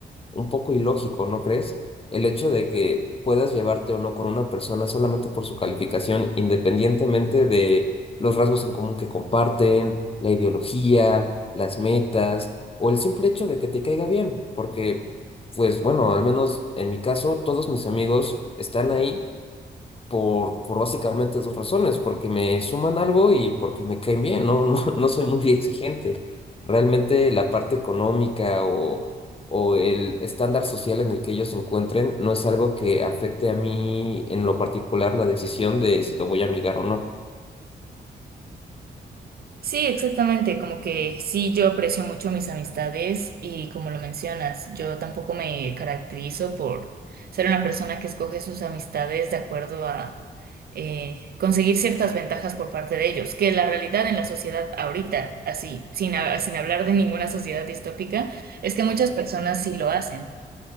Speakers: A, on the left; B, on the right.
A: un poco ilógico, ¿no crees? El hecho de que puedas llevarte o no con una persona solamente por su calificación, independientemente de los rasgos en común que comparten, la ideología, las metas o el simple hecho de que te caiga bien, porque, pues bueno, al menos en mi caso, todos mis amigos están ahí por, por básicamente dos razones, porque me suman algo y porque me caen bien, no, no, <laughs> no soy muy exigente. Realmente la parte económica o, o el estándar social en el que ellos se encuentren no es algo que afecte a mí en lo particular la decisión de si lo voy a amigar o no.
B: Sí, exactamente, como que sí, yo aprecio mucho mis amistades y como lo mencionas, yo tampoco me caracterizo por ser una persona que escoge sus amistades de acuerdo a eh, conseguir ciertas ventajas por parte de ellos, que la realidad en la sociedad ahorita, así, sin, ha- sin hablar de ninguna sociedad distópica, es que muchas personas sí lo hacen.